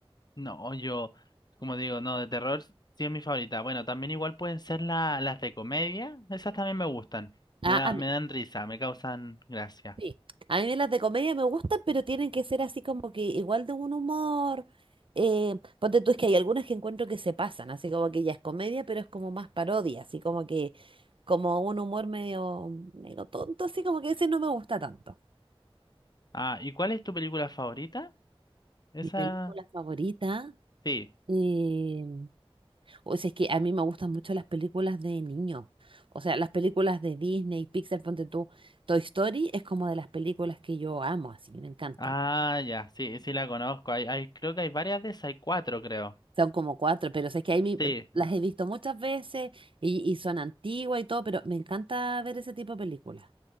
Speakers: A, on the left; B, on the right.
A: No, yo, como digo, no, de terror sí es mi favorita. Bueno, también igual pueden ser la, las de comedia, esas también me gustan.
B: Ah,
A: Me da,
B: a
A: me dan risa, me causan gracia.
B: Sí. A mí las de comedia me gustan, pero tienen que ser así como que igual de un humor. Eh, ponte tú, es que hay algunas que encuentro que se pasan, así como que ya es comedia, pero es como más parodia, así como que, como un humor medio, medio tonto, así como que ese no me gusta tanto.
A: Ah, ¿y cuál es tu película favorita? Esa,
B: Mi película favorita,
A: sí.
B: eh, o sea, es que a mí me gustan mucho las películas de niños, o sea, las películas de Disney, Pixar, ponte tú, Toy Story es como de las películas que yo amo, así que me encantan.
A: Ah, ya, sí, sí la conozco. Hay, hay, creo que hay varias de esas, hay cuatro, creo.
B: Son como cuatro, pero es que ahí mi-
A: Sí.
B: las he visto muchas veces y, y son antiguas y todo, pero me encanta ver ese tipo de películas.